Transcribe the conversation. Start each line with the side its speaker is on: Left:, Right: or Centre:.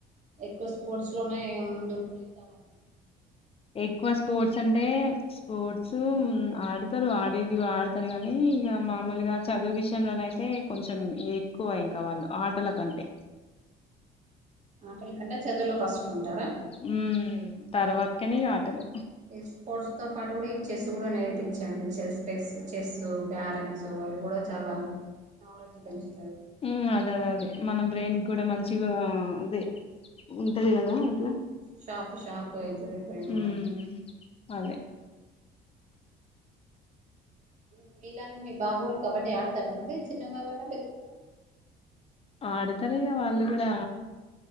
Right: ఎక్కువ స్పోర్ట్స్ లోనే ముందుంటరా? ఇగ చాలా <inaudible>
Left: ఎక్కువ స్పోర్ట్స్ అంటే స్పోర్ట్స్ ఆడతరు ఆడేది ఆడతరు గనీ ఇగ మామూలుగా చదువు విషయంలనైతే కొంచెం ఎక్కువ ఇంక వాళ్ళు ఆటల కంటే
Right: ఆటల కంటే చదువులో ఫస్టూంటరా?
Left: ఉమ్ తర్వాత్కనే ఆటలు
Right: ఇ స్పోర్ట్స్ తో పాటు గుడ ఇవి చెస్ గూడ నేర్పించాను చెస్ పెస్ చెస్సు క్యారమ్స్ అవి గూడా చాలా నాలెడ్జ్ పెంచు
Left: ఉమ్ అదదదే మనం బ్రెయిన్ గ్గుడ మంచిగా అదే ఉంటది గదా అట్ల
Right: షాపు షార్పుగయితది బ్రెయిన్ గూడ
Left: ఉమ్ అదే
Right: ఉమ్ మీలానే మీ బాబు గుడ కబడ్డీ ఆడతడా మరి చిన్న బవన్నా పెద్ద బాబన్
Left: ఆడతరిగ వాళ్ళు గుడా,